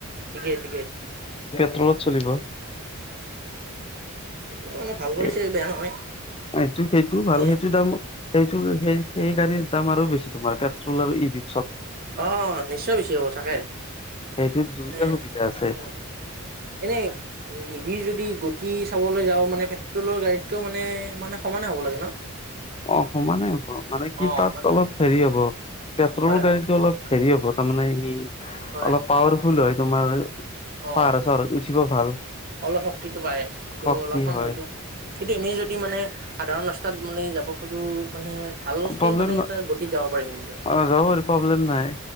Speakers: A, on the right; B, on the left.
A: ঠিকেই ঠিকেই।
B: তলত চলিব।
A: ত মানে ভাল কৰিছে
B: এ
A: বেয়া নহয়
B: সেইটো সেইটো
A: মানে।
B: ভাল সেইটো দাম সেইটো সেই সেই গাড়ীৰ দাম আৰু বেছি তোমাৰ পেট্ৰল আৰু ইভি
A: অ', নিশ্চয় বেছি হ'ব থাকে,
B: সেইটোত দুইটা
A: এ <unintelligible>
B: সুবিধা আছে
A: এনেই। ই ভি যদি গতি চাবলৈ যাওঁ মানে পেট্ৰলৰ গাড়ীতকেও মানে মানে সমানে হ'ব লাগে ন?
B: অঁ সমানে হ মানে কি
A: অ
B: তাত
A: মান
B: অলপ হেৰি হ'ব পেট্ৰলৰ
A: হয় হয়
B: গাড়ীতটো অলপ, হেৰি হ'ব তামানে ই,
A: হয়
B: অ'লপ পাৱাৰফুল হয়। তোমাৰ,
A: অ
B: পাহাৰত-চহাৰত উঠিব ভাল।
A: অলপ শক্তিটো বাঢ়ে, কিন্তু
B: শক্তি
A: অলপমান
B: হয়
A: হয়তো কিন্তু এনেই যদি মানে সাধাৰণ ৰাস্তাত মানে ই যাব কতো মানে ভালকে
B: প্ৰব্লেম
A: মানে এটা গতিত যাব পাৰিম কিন্তু।
B: অ যাব পাৰি প্ৰব্লেম নাই